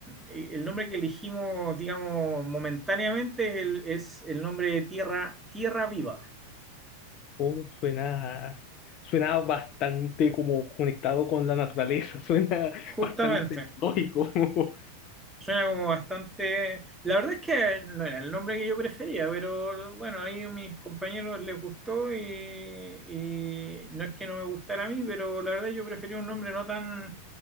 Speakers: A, in the centre; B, on the left.
A: el nombre que elegimos, digamos, momentáneamente es el, es el nombre de Tierra, Tierra Viva.
B: Oh, suena, suena bastante como conectado con la naturaleza, <laughs> suena
A: Justamente,
B: bastante lógico. <laughs>
A: Suena como bastante. La verdad es que no era el nombre que yo prefería, pero bueno, ahí a mis compañeros les gustó y, y no es que no me gustara a mí, pero la verdad yo prefería un nombre no tan,